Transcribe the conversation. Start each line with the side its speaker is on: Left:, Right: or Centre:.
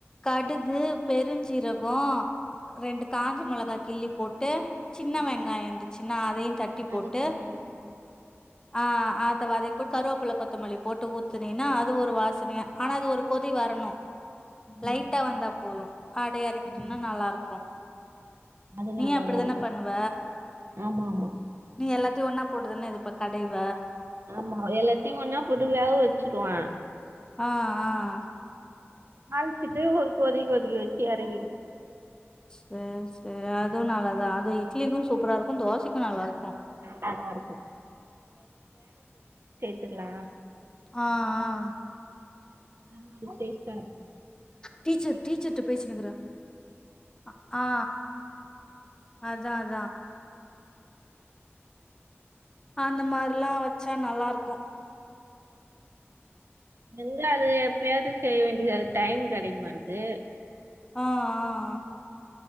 Left: கடு கு பெருஞ்சீரகோ ரெண்டு காஞ்ச மெளகா கிள்ளி போட்டு சின்ன
Right: ம்
Left: வெங்காயோ
Right: ம்
Left: இருந்துச்சுன்னா அதையு தட்டி
Right: அது
Left: போட்டு
Right: கொஞ்சோ வலிக்கு
Left: ஆ அத வதக்கி போட் கருவேப்பில கொத்தமல்லி போட்டு ஊத்துனீனா அது ஒரு வாசனையா ஆனா அது ஒரு கொதி வரணு
Right: ஆமா
Left: லைட்டா
Right: ஆமா
Left: வந்தா போது அப்டியே எறக்கிட்டோம்னா
Right: ம்
Left: நல்லா இருக்கு
Right: அது
Left: நீ
Right: நல்லாதா
Left: அப்டிதான
Right: இருக்கு
Left: பண்ணுவ
Right: ஆமா ஆமா
Left: நீ எல்லாத் து ஒன்னா போடுதுன்னு இது பாத் கடைவ
Right: ஆமா எல்லாத்தையு ஒன்னா போட்டு வேக வச்சுருவே
Left: ஆ ஆ
Right: அல்ச்சுட்டு ஒரு கொதி கொதிக்க வச்சு எறக்கிடு
Left: சேரி சேரி அதுவு நல்லாதா அது இ ட்லிக்கு சூப்பரா இருக்கு தோசைக்கு நல்லா இருக்கு
Right: நல்லாதா இருக்கு த்துக்கலா
Left: ஆ ஆ
Right: அது ஒரு டேஸ்டா இருக்கு
Left: டீச்சர் டீச்சர்ட்ட பேசினு இருக்கற அ ஆ அதா அதா அந்த மாரில்லா வச்சா நல்லா இருக்கு
Right: எங்க அது எப்பயாது செய்ய வேண்டியதா இருக்கு டைம் கெடைக்கமாட்டுது
Left: ஆ ஆ